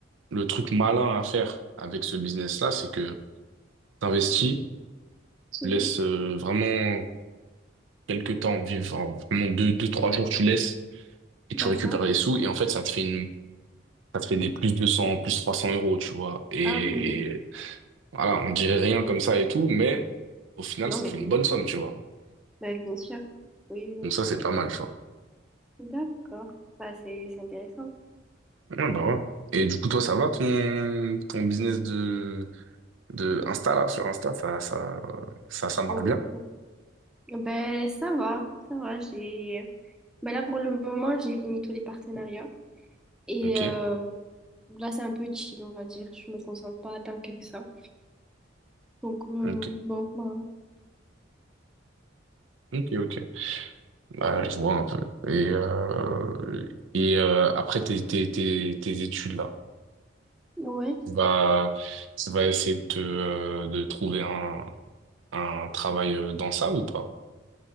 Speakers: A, on the right; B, in the centre.
A: le truc malin à faire avec ce business-là, c'est que t'investis,
B: Mhm.
A: tu laisses euh, vraiment quelques temps vivre, en- vraiment deux, deux, trois jours, tu laisses et tu
B: D'accord.
A: récupères les sous. Et en fait, ça te fait une, ça te fait des plus deux cents plus 300 euros, tu vois. Et,
B: Ah oui.
A: et voilà, on dirait rien comme ça et tout, mais au final,
B: Non,
A: ça
B: mais
A: fait
B: c'est
A: une
B: bien.
A: bonne somme, tu vois.
B: Ben, bien sûr. Oui, oui.
A: Donc ça, c'est pas mal, tu vois.
B: oui. D'accord. Bah, c'est c'est intéressant.
A: Ouais, bah ouais. Et du coup, toi, ça va ton, ton business de, de
B: Mm.
A: Insta, là, sur Insta, ça, ça, ça, ça marche
B: Euh,
A: bien?
B: euh, ben, ça va. Ça va. J'ai... Ben là, pour le moment, j'ai fini tous les partenariats. Et
A: Ok,
B: euh, Là, c'est un peu chill, on va dire. Je me concentre pas tant que ça. Donc, euh,
A: ok,
B: bon, bah,
A: ok, ok. Bah, je vois un peu. Et, euh, et euh, après tes, tes, tes, tes études, là,
B: ouais.
A: tu vas, tu vas essayer de, te, euh, de trouver un, un travail euh, dans ça ou pas?